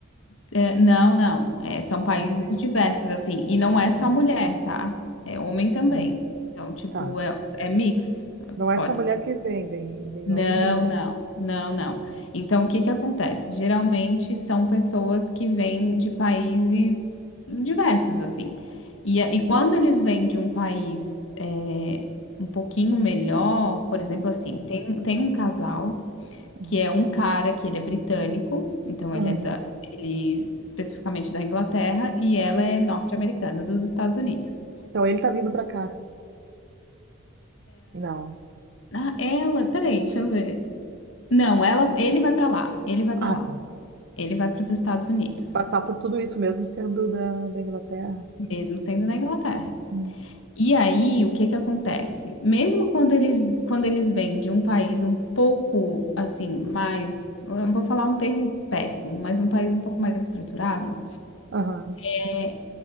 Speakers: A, on the left; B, on the right.
A: É, não, não. É, são
B: Ah,
A: países diversos, assim. E não é
B: ah,
A: só mulher, tá? É homem também.
B: ah,
A: Então, tipo,
B: tá.
A: é, é mix.
B: Não é
A: Pode
B: só mulher
A: ser.
B: que vem, vem, vem
A: Não,
B: homem e mulher.
A: não, não, não. Então, o que que acontece? Geralmente são pessoas que vêm de países diversos, assim. E, a- e quando eles vêm de um país é, um pouquinho melhor, por exemplo,
B: Uhum,
A: assim, tem, tem um casal
B: uhum,
A: que é um cara que ele é britânico, então
B: uhum.
A: ele é da, ele especificamente da Inglaterra, e ela é norte-americana dos Estados Unidos.
B: Então ele tá vindo pra cá. Não.
A: Ah, ela, peraí, deixa eu ver. Não, ela, ele vai pra lá, ele vai
B: Ah,
A: pra lá,
B: tá.
A: ele vai para os Estados Unidos,
B: Tem que passar por tudo isso mesmo sendo da, da Inglaterra.
A: mesmo sendo na Inglaterra.
B: Hum.
A: E aí, o que que acontece? Mesmo quando ele, quando eles vêm de um país um pouco assim, mais, eu vou falar um termo péssimo, mas um país um pouco mais estruturado
B: Aham,
A: é,